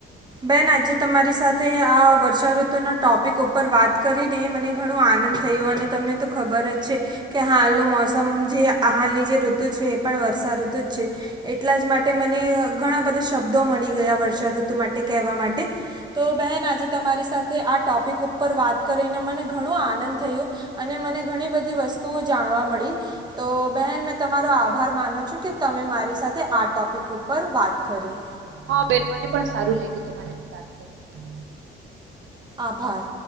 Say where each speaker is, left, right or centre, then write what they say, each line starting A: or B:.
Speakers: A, on the right; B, on the right.
A: બેન આજે તમારી સાથે આ વર્ષાઋતુ ના ટોપિક ઉપર વાત કરીને મને ઘણ આનંદ આનંદ થયો અને તમને તો ખબર જ છે કે હાલનું મોસમ જે હાલની જે ઋતુ છે એ પણ વર્ષા ઋતુ જ છે એટલા જ માટે મને ઘણા બધા શબ્દો મળી ગયા વર્ષા ઋતુ માટે કહેવા માટે તો બેન આજે તમારી સાથે આ ટોપિક ઉપર વાત કરીને મને ઘણો આ આનંદ થયો અને મને ઘણી બધી વસ્તુઓ જાણવા મળી તો બહેન મેં તમારો આભાર માનું છું કે તમે મારી સાથે આ ટોપિક ઉપર વાત કરી
B: હા બેન મને પણ સારું લાગ્યું તમારાથી વાત કરીને
A: આભાર